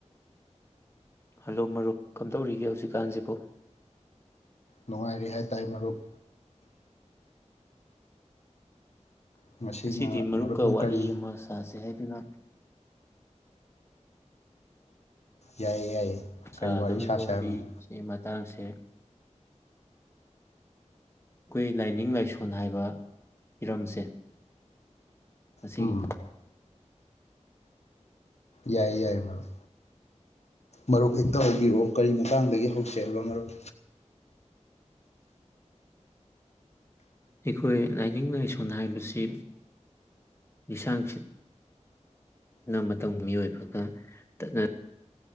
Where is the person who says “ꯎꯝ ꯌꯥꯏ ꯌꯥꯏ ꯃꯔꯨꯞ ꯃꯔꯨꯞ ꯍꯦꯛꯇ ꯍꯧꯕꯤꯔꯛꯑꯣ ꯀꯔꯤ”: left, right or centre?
Left